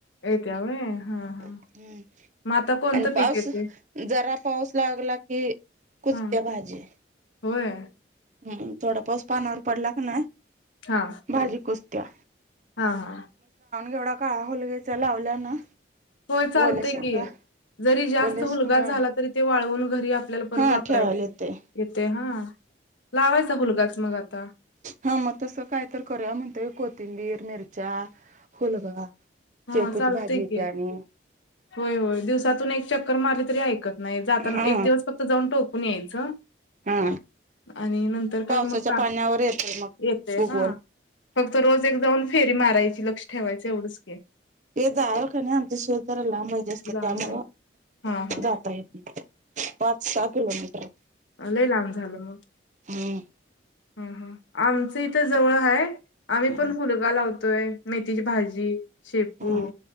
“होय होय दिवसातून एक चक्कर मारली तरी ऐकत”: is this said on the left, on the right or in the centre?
Left